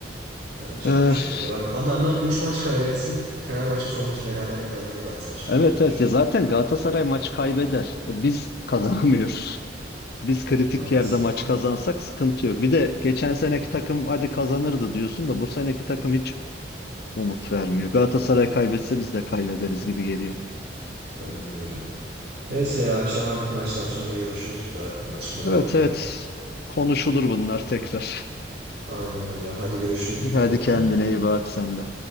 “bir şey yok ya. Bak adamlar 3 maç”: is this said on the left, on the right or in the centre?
Right